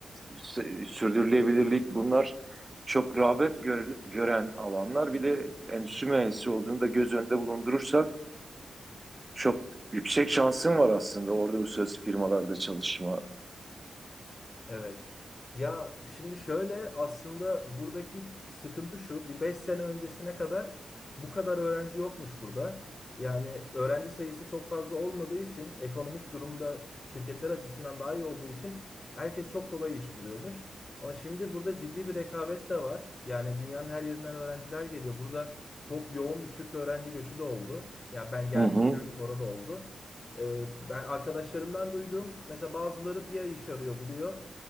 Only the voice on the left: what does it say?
Evet. Ya şimdi şöyle aslında buradaki sıkıntı şu. Bir 5 sene öncesine kadar bu kadar öğrenci yokmuş burada. Yani öğrenci sayısı çok fazla olmadığı için ekonomik durumda şirketler açısından daha iyi olduğu için herkes çok kolay iş buluyormuş. Ama şimdi burada ciddi bir rekabet de var. Yani dünyanın her yerinden öğrenciler geliyor. Burada çok yoğun bir Türk öğrenci göçü de oldu. Ya ben geldikten
sonra da oldu. Ee, ben arkadaşlarımdan duyduğum mesela bazıları bir ay iş arıyor buluyor.